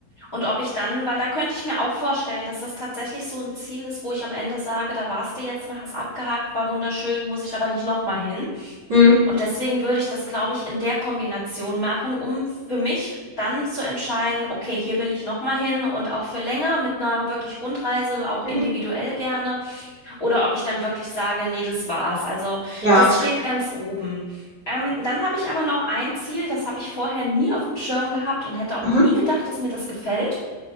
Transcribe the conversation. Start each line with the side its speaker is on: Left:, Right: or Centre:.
Left: Und ob ich dann, weil da könnte ich mir auch vorstellen, dass das tatsächlich so ein Ziel ist, wo ich am Ende sage, da warst du jetzt mal, hast abgehakt, war wunderschön, muss ich aber nicht nochmal hin.
Right: Mhm.
Left: Und deswegen würde ich das, glaube ich, in der Kombination machen, um für mich dann zu entscheiden, okay, hier will ich nochmal hin und auch für länger mit einer wirklich Rundreise, auch
Right: Mhm.
Left: individuell gerne. Oder ob ich dann wirklich sage, nee, das war's. Also
Right: Ja.
Left: das steht ganz oben. Ähm, dann habe ich aber noch ein Ziel, das habe ich vorher nie auf dem Schirm gehabt und hätte auch
Right: Mhm.
Left: nie gedacht, dass mir das gefällt.